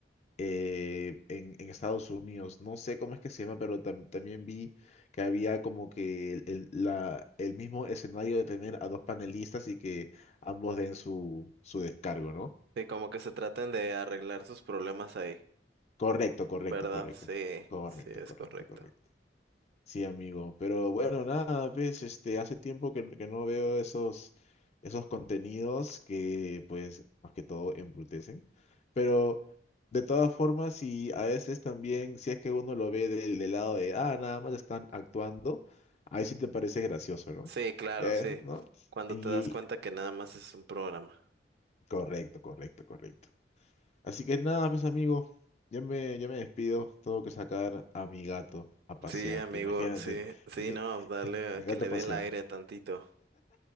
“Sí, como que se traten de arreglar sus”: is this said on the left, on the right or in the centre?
Right